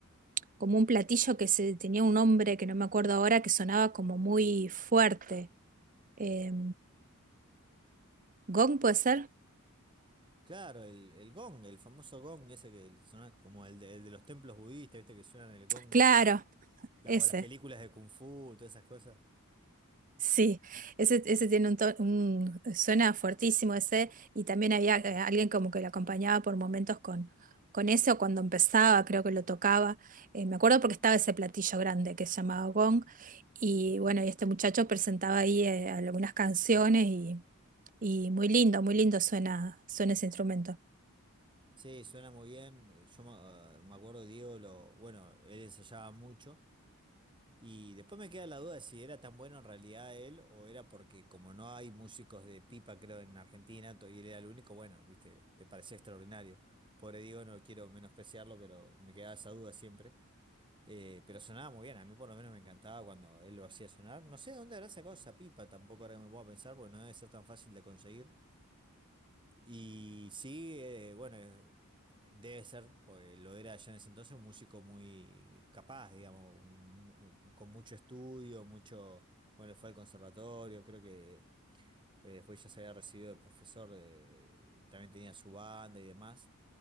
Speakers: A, on the right (about 35°); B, on the right (about 20°).
A: como un platillo que se, tenía un nombre que no me acuerdo ahora, que sonaba como muy fuerte. Eh, ¿Gong puede ser?
B: Claro, el, el gong, el famoso gong ese que suena como el de, el de los templos budistas, ¿viste? Que suenan el gong
A: Claro,
B: ese. La-
A: ese.
B: o las películas de Kung Fu, todas esas cosas.
A: Sí, ese, ese tiene un, to- un- suena fuertísimo ese, y también había eh, alguien como que lo acompañaba por momentos con, con ese, o cuando empezaba, creo que lo tocaba. Eh, me acuerdo porque estaba ese platillo grande que se llamaba Gong, y bueno, y este muchacho presentaba ahí eh, algunas canciones y, y muy lindo, muy lindo suena, suena ese instrumento.
B: Sí, suena muy bien. Yo me, ah, me acuerdo, Diego, lo, bueno, él ensayaba mucho. Y después me queda la duda de si era tan bueno en realidad él o era porque como no hay músicos de pipa, creo, en Argentina, to- y él era el único, bueno, viste, te parecía extraordinario. Pobre Diego, no quiero menospreciarlo, pero me quedaba esa duda siempre. Eh, pero sonaba muy bien, a mí por lo menos me encantaba cuando él lo hacía sonar. No sé de dónde habrá sacado esa pipa, tampoco ahora que me puedo pensar, porque no debe ser tan fácil de conseguir. Y sí, eh, bueno, eh, debe ser, porque lo era ya en ese entonces, un músico muy capaz, digamos, un mu- con mucho estudio, mucho, bueno, fue al conservatorio, creo que eh, después ya se había recibido de profesor, de- de- también tenía su banda y demás.